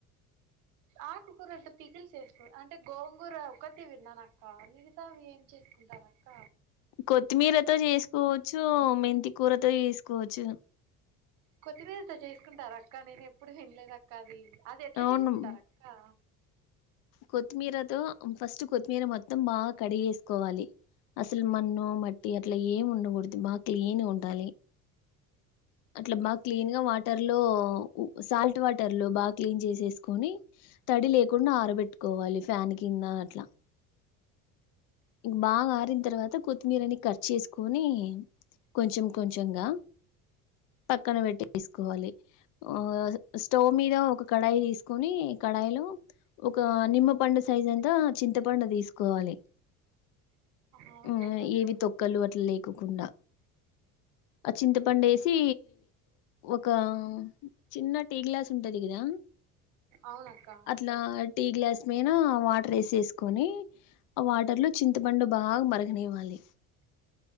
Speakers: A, on the right (about 65°); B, on the left (about 70°).
A: ఆకుకూరలతో పికిల్స్ చేసుకో అంటే గోంగూర ఒకటి విన్నానక్క మిగతావి ఏం చేసుకుంటార క్క
B: కొత్తిమీరతోజెసుకోవచ్చు మెంతి కూరతో చేసుకోవచ్చు
A: కొత్తిమీరతో చేసుకుంటారాక్క నేను ఎప్పుడు తిన్లేదక్క అది అదెట్ల
B: అవును
A: చేసుకుంటారక్కా
B: కొత్తిమీరతో ఫస్ట్ కొత్మీర మొత్తం బాగ కడిగేసుకోవాలి అసల్ మన్ను, మట్టి అట్ల ఏం ఉండకూడదు బాగా క్లీనుగుండాలి. అట్ల బాగ్ క్లీన్గ వాటర్లో సాల్ట్ ఉ వాటర్లో బాగ క్లీన్ చేసేస్కొని తడి లేకుండా ఆరబెట్టుకోవాలి ఫ్యాన్ కిందా అట్ల ఇంక్ బాగా ఆరిన్ తర్వాత కొత్తిమీరని కట్ చేస్కోనీ కొంచెం కొంచంగా పక్కన పెట్టెసుకోవాలి ఆ స్టవ్ మీద ఒక కడాయి తీసుకొని కడాయిలో ఒక నిమ్మ పండు సైజంతా చింతపండు తీసుకోవాలి
A: అవునులేండి
B: ఉమ్
A: అక్క
B: ఏవి తొక్కలు అట్లా లేకోకుండా ఆ చింతపండేసి ఒక చిన్న టీ గ్లాసుంటది కదా
A: అవునక్క
B: అట్లా టీ గ్లాస్ మీన వాటర్ ఎసేసుకొని అ వాటర్లో చింతపండు బాగా మర్గనివ్వాలి.